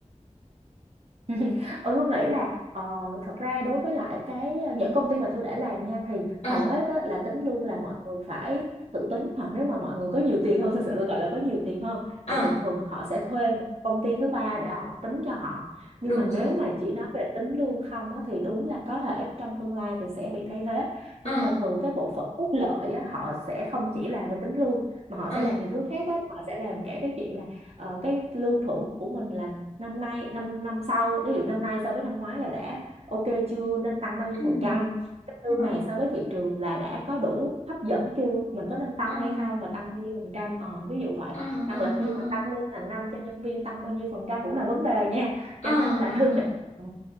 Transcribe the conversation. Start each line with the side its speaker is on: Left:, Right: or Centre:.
Right: <laughs> Ừ, Hương nghĩ là ờ, thật ra đối với lại cái ờ, những công ty mà tôi đã làm nha thì
Left: à
Right: hầu hết á, là tính luôn là mọi người phải tự tính hoặc nếu mà mọi người có nhiều tiền hơn <laughs> thực sự tôi gọi là có nhiều tiền hơn
Left: à
Right: thì thường thường họ sẽ thuê một công ty thứ ba để họ tính cho họ nhưng
Left: đúng
Right: mà nếu
Left: rồi
Right: mà chỉ nói về tính lương không á, thì đúng là có thể trong tương lai thì sẽ bị thay thế
Left: à
Right: nhưng mà thường cái bộ phận phúc lợi á, họ sẽ không chỉ làm về tính lương mà họ
Left: à
Right: sẽ làm nhiều thứ khác lắm họ sẽ làm cả cái chuyện là ờ, cái lương thưởng của mình là năm nay năm năm sau ví dụ năm nay so với năm ngoái là đã ok chưa nên tăng bao nhiêu
Left: ừ,
Right: phần trăm cái lương
Left: ừ, ừ,
Right: này so với thị trường là đã có đủ hấp dẫn chưa mình có nên tăng
Left: ừ,
Right: hay không và tăng bao nhiêu phần trăm ờ, ví dụ vậy
Left: ừ,
Right: hoặc
Left: ừ,
Right: là khi
Left: ừ,
Right: mà tăng lương hàng năm cho nhân viên tăng bao nhiêu phần trăm cũng là vấn đề nha
Left: ừ,
Right: cho nên là
Left: ừ,
Right: Thư nghĩ
Left: ừ,
Right: ừ,